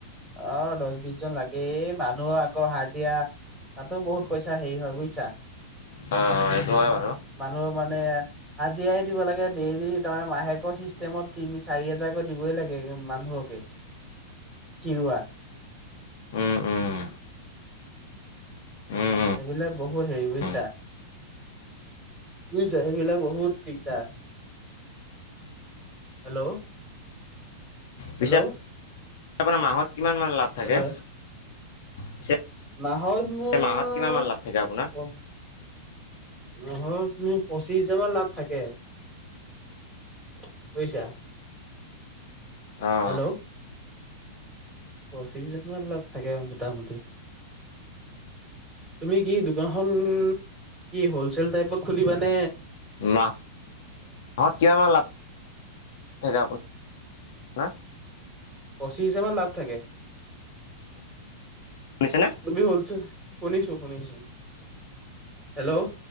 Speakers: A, in the centre; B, on the left (about 60°).
A: অ'! দহ-বিশজন লাগ এই, মানুহ আকৌ, হাজিৰা। তাতো, বহুত পইচা হেৰি হয়, বুজিছা!
B: হয়, হয়! সেইটো হয় বাৰু।
A: মানুহৰ মানে, হাজিৰাাই দিব লাগে, ডেইলি। তাৰমানে, মাহেকৰ চিষ্টেমত তিনি-চাৰি হাজাৰকৈ দিবই লাগে। <unintelligible> মানুহকে।
B: <inaudible>
A: কি ৰোৱা?
B: উম, উম। উম উম
A: এইবিলাক, বহুত সেৰি বুজিছা!
B: উম।
A: বুঁজিছা? সেইবিলাক বহুত দিগদাৰ! হেল্ল'? হেল্ল'
B: পিছে আপোনাৰ মাহত কিমান মান লাভ থাকে?
A: হেল্ল'
B: পিছে
A: মাহত মোৰ
B: মাহত কিমান মান লাভ থাকে আপোনাৰ
A: অ মাহত মি পঁচিছ হাজাৰমান লাভ থাকে। বুইছা,
B: অঁ
A: হেল্ল' পঁচিশজা মান লাভ থাকে মোটামুটি। তুমি কি দোকানখনন কি হলচেল টাইপত খুলিবানে
B: মাহ মাহত কিমান মান লাভ থাকে আপো হা?
A: পঁচিশ হাজাৰ মান লাভ থাকে।
B: শুনিছেনে
A: তুমি হলছে, শুনিছো, শুনিছো। হেল্ল'